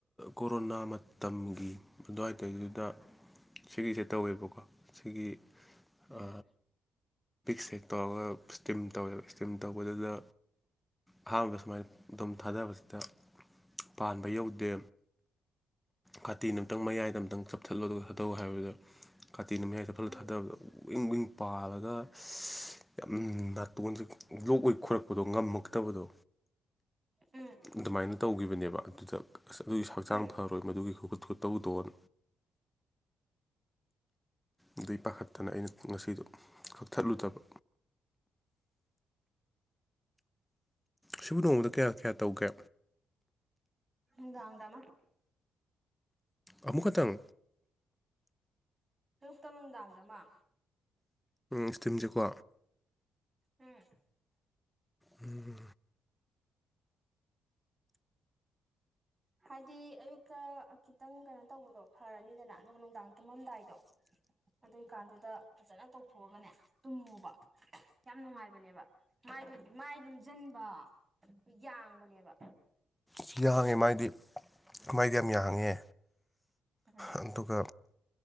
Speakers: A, in the centre; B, on the right.
A: ꯀꯣꯔꯣꯅꯥ ꯃꯇꯝꯒꯤ ꯑꯗꯨꯋꯥꯏ ꯇꯗꯨꯗ ꯁꯤꯒꯤꯁꯦ ꯇꯧꯋꯦꯕꯀꯣ ꯁꯤꯒꯤ
B: ꯎꯝ
A: ꯑ ꯁ ꯇ ꯏꯁꯇꯤꯝ ꯇꯧꯋꯦꯕ ꯏꯁꯇꯤꯝ ꯇꯧꯕꯗꯨꯗ ꯑꯍꯥꯟꯕꯗ ꯁꯨꯃꯥꯏꯅ ꯑꯗꯨꯝ ꯊꯥꯗꯕꯁꯤꯗ ꯄꯥꯟꯕ ꯌꯧꯗꯦ ꯈꯥꯇꯤ ꯑꯃꯨꯛꯇꯪ ꯃꯌꯥꯏꯗ ꯑꯃꯨꯛꯇꯪ ꯆꯞꯊꯠꯂꯣ ꯊꯥꯠꯇꯧ ꯍꯥꯏꯕꯗ ꯀꯥꯇꯤ ꯅꯨꯃꯤꯌꯥꯗ ꯐꯂ
B: ꯎꯝ
A: ꯊꯥꯗꯕꯗ ꯎꯋꯤꯡ ꯎꯋꯤꯡ ꯄꯥꯜꯂꯒ ꯌꯥꯝ ꯅꯥꯇꯣꯟꯁꯦ ꯂꯣꯛ ꯑꯣꯏ ꯈꯣꯏꯔꯛꯄꯗꯣ ꯉꯝꯃꯛꯇꯕꯗꯣ
B: ꯎꯝ
A: ꯑꯗꯨꯃꯥꯏꯅ ꯇꯧꯈꯤꯕꯅꯦꯕ ꯑꯗꯨꯗ ꯑꯁ ꯑꯗꯨꯒꯤ ꯍꯛꯆꯥꯡ
B: ꯎꯝ
A: ꯐꯔꯣꯏ ꯃꯗꯨꯒꯤ ꯈꯣꯄꯠ ꯈꯣꯠꯇꯕꯨꯗꯣꯟ ꯑꯗꯨꯗꯩ ꯄꯥꯈꯠꯇꯅ ꯑꯩꯅ ꯉꯁꯤꯗꯣ ꯀꯛꯊꯠꯂꯨꯗꯕ ꯁꯤꯕꯨ ꯅꯣꯡꯃꯗ ꯀꯌꯥ ꯀꯌꯥ ꯇꯧꯒꯦ
B: ꯎꯗꯥꯎꯥꯡꯗꯃ
A: ꯑꯃꯨꯛ ꯈꯛꯇꯪ
B: ꯑꯌꯨꯛꯇ ꯅꯨꯡꯗꯥꯡꯗ ꯃꯥ
A: ꯏꯁꯇꯤꯝꯁꯦꯀꯣ
B: ꯎꯝ
A: ꯎꯕꯤ
B: ꯍꯥꯏꯗꯤ ꯑꯌꯨꯛꯇ ꯈꯤꯇꯪ ꯀꯩꯅꯣ ꯇꯧꯕꯗꯣ ꯐꯔꯅꯤꯗꯅ ꯑꯗꯨꯒ ꯅꯨꯡꯗꯥꯡ ꯇꯨꯝꯃꯝꯗꯥꯏꯗꯣ ꯑꯗꯨꯏꯀꯥꯟꯗꯨꯗ ꯐꯖꯅ ꯇꯧꯊꯣꯛꯑꯒꯅꯦ ꯇꯨꯝꯃꯨꯕ ꯌꯥꯝ ꯅꯨꯡꯉꯥꯏꯕꯅꯦꯕ ꯃꯥꯏꯗꯨ ꯃꯥꯏ ꯂꯨꯝꯁꯤꯟꯕ ꯌꯥꯡꯕꯅꯦꯕ
A: ꯁꯤ ꯌꯥ ꯍꯥꯡꯉꯤ ꯃꯥꯗꯤ ꯃꯥꯏꯗꯤ ꯌꯥꯝ
B: ꯎꯝ
A: ꯌꯥꯡꯉꯦ
B: ꯎꯝ
A: ꯑꯗꯨꯒ